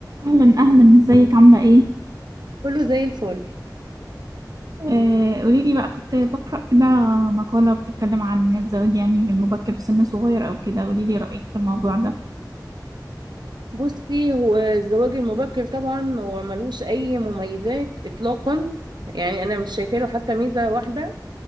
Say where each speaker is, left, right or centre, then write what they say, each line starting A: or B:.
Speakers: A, on the right; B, on the right.
A: أهلا أهلا ازيك عاملة ايه؟
B: كله زي الفل
A: آه قوليلي بقى كنت بقرأ كده مقالة بتتكلم عن الزواج يعني بالمبكر في سن صغير أو كده قوليلي رأيك في الموضوع ده
B: بصي هو الزواج المبكر طبعا هو ملوش اي مميزات اطلاقا يعني انا مش شايفه له حتى ميزه واحده